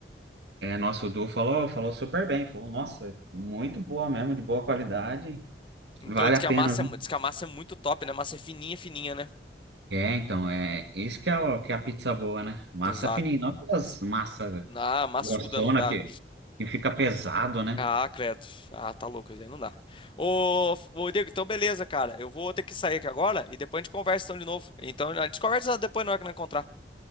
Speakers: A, on the right; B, on the left.
A: É, nossa, o Du falou, falou super bem. Falou, nossa, muito boa mesmo, de boa qualidade.
B: Então,
A: Vale
B: diz
A: a
B: que
A: pena.
B: a massa, é- mu- diz que a massa é muito top, né? A massa é fininha, fininha, né?
A: É, então, é isso que é, o- que é a pizza boa, né? Massa
B: Exato.
A: fininha, não aquelas
B: Massa...
A: massa
B: Ah, massuda
A: grossona
B: não dá.
A: que, que fica pesado, né?
B: Ah, credo. Ah, tá louco, isso aí não dá. Ô, ô, Diego, então beleza, cara. Eu vou ter que sair aqui agora e depois a gente conversa então de novo. Então a gente conversa depois na hora que nós encontrar.